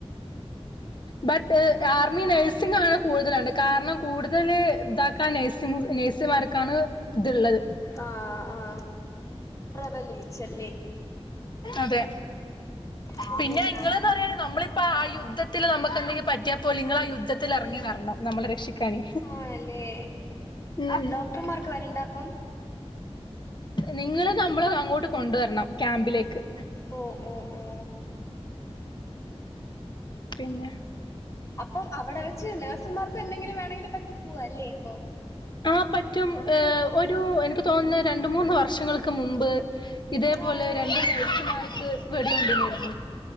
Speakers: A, on the left (about 45°); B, on the left (about 30°).
A: ബട്ട് ആർമി നഴ്സിംഗ ആണ് കൂടുതലുണ്ട് കാരണം കൂടുതൽ ഇതാക്കാ നഴ്സിങ് നേഴ്സിമാർക്കാണ് ഇത്ള്ളത്
B: ആഹ് ആഹ് ട്രാവൽ ജ് അല്ലേ
A: അതെ
B: പിന്നെന്താ
A: പിന്നെ ഇങ്ങന്ന് പറണെിൽ നമ്മളി അപ്പ ആഹ് യുദ്ത്തിൽ നമുക്ക് എന്തെങ്കില പറ്റിയപ്പോല നിങ്ങള ആഹ് യുദ്ത്തിൽ ത്തി ഇറങ്ങി വരണം നമ്മളെ രക്ഷിക്കാന
B: ആണല്ലേ
A: നന്ദ
B: ഡോക്ടർമാർക്ക് വരണ്ട അപ്പം
A: നിങ്ങള്ൾ നമ്മള് അങ്ങോട്ട് കൊണ്ടുവരണം ക്യാമ്പിലേക്ക്
B: ഓ ഓ ഓ
A: പിന്നെ
B: അപ്പൊ അവിടെ വെച്ച് നേഴ്സുമാർക്കും എന്തെങ്കിലും വേണെങ്കിലും പറ്റി പോവാ അല്ലേ അപ്പം
A: ആഹ് പറ്റും ഏഹ് ഒരു എനിക്ക് തോന്നുന്ന രണ്ട മൂന്ന് വർഷങ്ങൾക്ക് മുമ്പ് ഇതേപോലെ
B: ആഹ്
A: രണ്ട് നേഴ്സുമാർക്ക് വെടിയ കൊണ്ടന്നരുന്നു